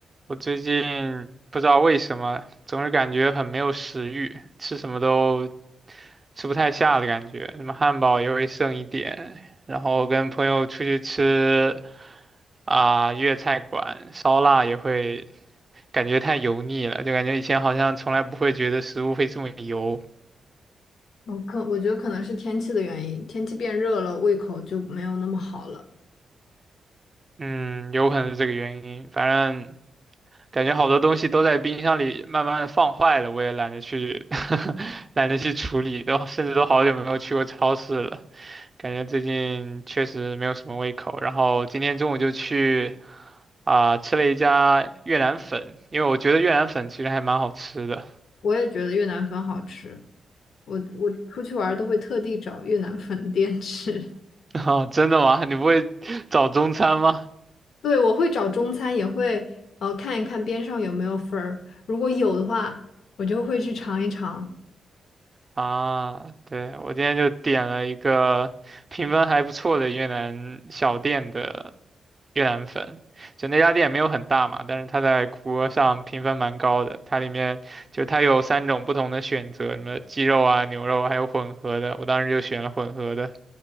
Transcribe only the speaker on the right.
我最近不知道为什么，总是感觉很没有食欲，吃什么都吃不太下的感觉，什么汉堡也会剩一点，然后跟朋友出去吃啊、粤菜馆烧腊也会感觉太油腻了，就感觉以前好像从来不会觉得食物会这么油，
嗯，有可能是这个原因，反正感觉好多东西都在冰箱里慢慢的放坏了，我也懒得去 <laughs> 懒得去处理，都甚至都好久没有去过超市了。感觉最近确实没有什么胃口，然后今天中午就去啊、吃了一家越南粉，因为我觉得越南粉其实还蛮好吃的。
<laughs> 哦，真的吗？你不会找中餐吗？
啊，对，我今天就点了一个评分还不错的越南小店的越南粉，就那家店没有很大嘛，但是它在谷歌上评分蛮高的。它里面就它有三种不同的选择，什么鸡肉啊、牛肉，还有混合的。我当时就选了混合的。